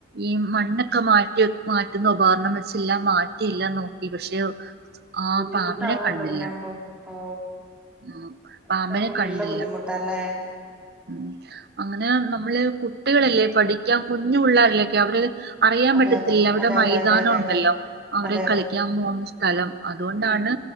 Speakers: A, on the right; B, in the centre.
A: ഈ മണ്ണ് ക്കെ മാറ്റി മാറ്റുന്ന ഉപകരണം വെച്ചില്ല മാറ്റിയില്ലന്ന് നോക്കി പക്ഷെ ആ
B: ബുദ്ധിമുട്ടാവല്ലോ
A: പാമ്പിനെ കണ്ടില്ല
B: അങ്ങനൊകുമ്പം ഓ
A: ഉം.
B: അങ്ങനെയൊക്കെ
A: പാമ്പിനെ
B: ആകുമ്പോ
A: കണ്ടില്ല
B: നല്ല ബുദ്ധിമുട്ട് തന്നെ
A: ഉം അങ്ങനെ നമ്മള് കുട്ടികളല്ലേ പഠിക്കാൻ കുഞ്ഞു പിള്ളരിലൊക്കെ അവര് അറിയാൻ
B: അതെ
A: പറ്റത്തില്ല
B: അതെ
A: അവിടെ
B: അതെ
A: മൈതാനം
B: അതെ അതെ അതെ
A: ഉണ്ടല്ലോ
B: അതെ
A: അവരെ
B: അതെ അതെ
A: കളിക്കാൻ പോകുന്ന സ്ഥലം
B: ഉം
A: അതുകൊണ്ടാണ്
B: ഉം